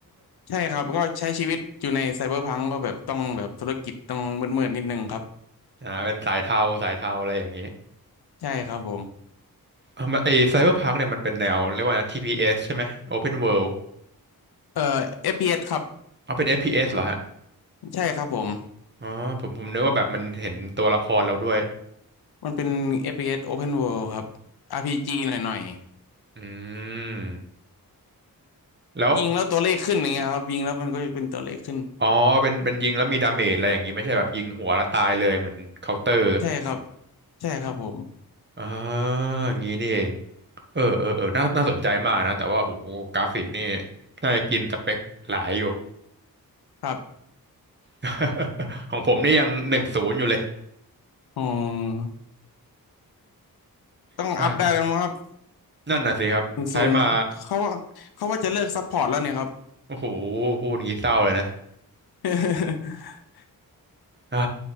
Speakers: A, on the left (about 80°); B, on the right (about 30°).
A: ใช่ครับก็ใช้ชีวิตอยู่ในไซเบอร์พังก็แบบต้องแบบธุรกิจต้องมืดๆนิดนึงครับ
B: อ่าเป็นสายเทาสายเทาอะไรอย่างนี้
A: ใช่ครับผม
B: อ่ามันไอ้ไซเบอร์พังเนี่ยมันเป็นแนวเรียกว่านะ TPS ใช่ไหม Open World
A: เอ่อ FPS ครับ
B: เอาเป็น FPS เอสเหรอฮะ
A: ใช่ครับผม
B: อ๋อผมผมนึกว่าแบบมันเห็นตัวละครเราด้วย
A: มันเป็น FPS Open World ครับ RPG หน่อย
B: อืม
A: ๆยิงแล้วตัวเลขขึ้นอย่างเงี้ยครับยิงแล้วมันก็เป็นตัวเลขขึ้น
B: แล้วอ๋อเป็นเป็นยิงแล้วมีดาเมจอะไรอย่างนี้ไม่ใช่แบบยิงหัวแล้วตายเลยเหมือนเคาน์เตอร์
A: ใช่ครับ ใช่ครับผม
B: อ่าอย่างนี้นี่เองเออเออเออน่าน่าสนใจมากนะแต่ว่าโหกราฟิกนี่น่าจะกินสเปคหลายอยู่
A: ครับ
B: <laughs> ของผมนี่ยังหนึ่งศูนย์อยู่เลย
A: อ๋อต้องอัพได้แล้วมั้งครับ
B: ใช่นั่นน่ะสิครับใช้มา
A: ศูนย์เขาว่าเขาว่าจะเลิกซัพพอร์ตแล้วเนี่ยครับ
B: โอ้โหพูดอย่างนี้เศร้าเลยนะ
A: <laughs>
B: อ่า